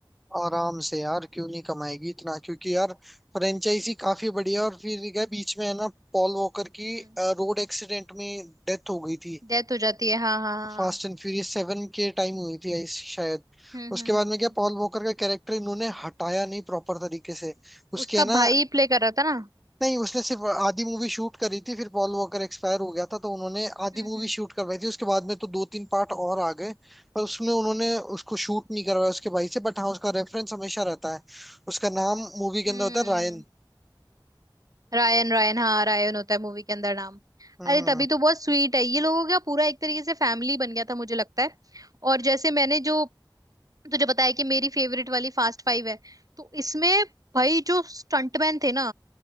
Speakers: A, in the centre; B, on the right.
A: आराम से यार क्यों नहीं कमाएगी इतना क्योंकि यार फ्रेंचाइजी काफी बढ़िया है और फिर क्या बीच में है ना पॉल वॉकर की
B: हम्म
A: रोड एक्सीडेंट में डेथ हो गई थी
B: डेथ हो जाती है हाँ हाँ हाँ
A: फास्ट
B: हाँ।
A: एंड फ्यूरियस सेवन के टाइम हुई थी आई- शायद
B: हम्म
A: उसके
B: हम्म
A: बाद
B: हम्म
A: में क्या
B: हम्म।
A: पॉल वॉकर का कैरेक्टर इन्होंने हटाया नहीं प्रॉपर तरीके से उसके
B: उसका
A: है ना
B: भाई प्ले कर रहा था ना
A: नहीं उसने सिर्फ आधी मूवी शूट करी थी फिर पॉल वॉकर एक्सपायर हो गया था तो उन्होंने आधी
B: हम्म
A: मूवी
B: हम्म
A: शूट करवाई थी उसके बाद में तो दो तीन पार्ट और आ गए पर उसमें उन्होंने उसको शूट नहीं करवाया उसके भाई से बट हाँ उसका रेफरेंस हमेशा रहता है उसका नाम मूवी के
B: हम्म।
A: अंदर होता है रायन
B: रायन रायन हाँ रायन होता है मूवी के अंदर नाम
A: हम्म
B: अरे तभी तो बहुत स्वीट है ये लोगों का पूरा एक तरीके से फैमिली बन गया था मुझे लगता है और जैसे मैंने जो तुझे बताया कि मेरी फेवरेट वाली फास्ट फाइव है तो इसमें भाई जो स्टंटमैन थे ना